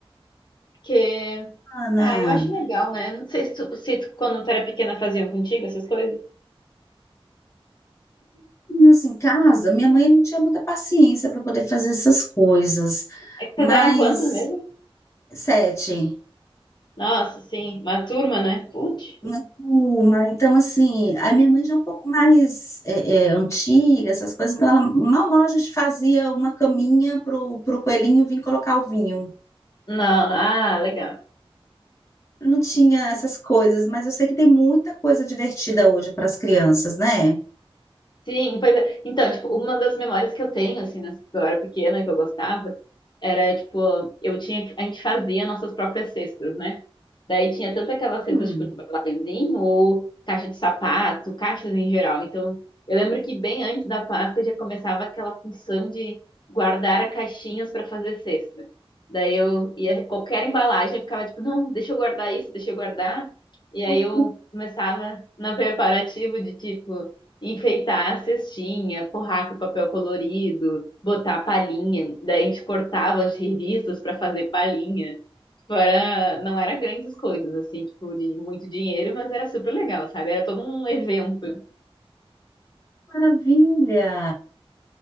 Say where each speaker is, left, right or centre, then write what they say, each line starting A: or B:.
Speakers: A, on the left (about 50°); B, on the left (about 30°).
A: porque
B: Ana?
A: ah, eu acho legal, né? Não sei se tu, se tu, quando tu era pequena faziam contigo essas coisas.
B: assim, em casa, minha mãe não tinha muita paciência para poder fazer essas coisas.
A: É que vocês
B: Mas,
A: eram quantos mesmo?
B: sete,
A: Nossa, sim, uma turma, né? Putz.
B: né? uma turma, então assim, a minha mãe já é um pouco mais é, é, antiga, essas coisas, então ela mal mal a gente fazia uma caminha pro, pro coelhinho vir colocar o vinho.
A: Não, ah, legal.
B: não tinha essas coisas, mas eu sei que tem muita coisa divertida hoje para as crianças, né?
A: Sim, pois é. Então, tipo, uma das memórias que eu tenho, assim, nas- que eu era pequena, que eu gostava, era, tipo, eu tinha, que- a gente fazia nossas próprias cestas, né? Daí tinha tanto aquelas cestas,
B: Hum,
A: tipo, de balazinho, ou caixa de sapato, caixas em geral. Então, eu lembro que bem antes da Páscoa já começava aquela função de guardar caixinhas para fazer cesta. Daí eu ia, qualquer embalagem, eu ficava, tipo, não, deixa eu guardar isso, deixa eu guardar. E
B: que
A: aí eu começava no preparativo de, tipo, enfeitar a cestinha, forrar com papel colorido, botar palhinha. Daí a gente cortava as revistas para fazer palhinha. Tipo, era, não era grandes coisas, assim, tipo, de muito dinheiro, mas era super legal, sabe? Era todo um evento.
B: maravilha!